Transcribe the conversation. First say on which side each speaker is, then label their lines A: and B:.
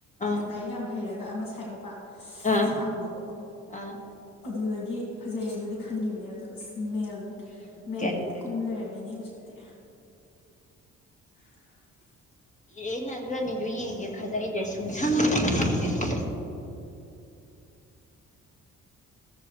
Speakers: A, on the left; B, on the left.
A: ꯑꯥ
B: ꯂꯛ ꯌꯥꯝ ꯍꯩꯔꯒ ꯑꯃ ꯁꯥꯏꯠ ꯅꯨꯄꯥ
A: ꯑꯥ
B: ꯁꯥꯕꯅꯦꯕꯀꯣ
A: ꯑꯥ
B: ꯑꯗꯨꯗꯒꯤ ꯐꯖꯩꯌꯦꯅꯗꯤ ꯈꯟꯈꯤꯕꯅꯦ ꯑꯗꯨꯒ ꯁꯃꯦꯜ
A: ꯃꯦꯟ
B: ꯃꯦꯜ
A: ꯀꯦꯔꯦꯛꯇꯔꯒ
B: ꯂꯤꯠ ꯀꯨꯝ
A: ꯊꯣꯛꯂꯛꯑꯦ
B: ꯂꯩꯔꯝꯃꯤꯅꯦ ꯍꯧꯖꯤꯛꯇꯤ
A: ꯑꯥ
B: <inaudible> <unintelligible>
A: ꯑꯦ ꯅꯅꯥ ꯑꯥꯅꯤꯗꯣ ꯌꯦꯡꯒꯦ ꯈꯟꯂꯛꯏꯖꯦ ꯁꯨꯡꯁꯪ ꯁꯪꯗꯦꯉꯣ